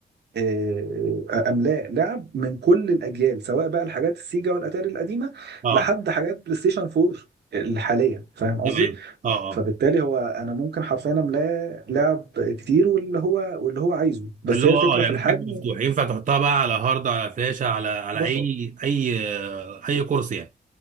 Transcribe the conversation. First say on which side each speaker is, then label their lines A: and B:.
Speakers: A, on the right; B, on the right.
A: آه، املاء لعب من كل الاجيال سواء بقى الحاجات السيجا والاتاري القديمه
B: اه
A: لحد حاجات بلاي ستيشن 4 الحاليه فاهم قصدي
B: تمام اه
A: فبالتالي
B: اه
A: هو انا ممكن حرفيا املاه لعب كتير واللي هو واللي هو عايزه بس
B: اللي
A: هي
B: هو
A: الفكره
B: اه يعني
A: في الحجم
B: حجم مفتوح ينفع تحطها بقى على هارد على فلاشه على على
A: بالظبط
B: اي اي اي كورس يعني